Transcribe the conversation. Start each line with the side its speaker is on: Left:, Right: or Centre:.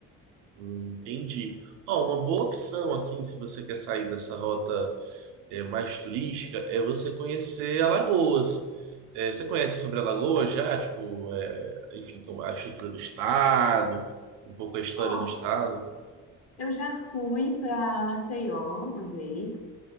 Right: Hum, entendi. Ó, uma boa opção, assim, se você quer sair dessa rota é, mais turística é você conhecer Alagoas. É, você conhece sobre Alagoas já? Tipo, é, enfim, como a estrutura do estado, um pouco a história
Left: ó,
Right: do estado.
Left: eu já fui para Maceió uma vez.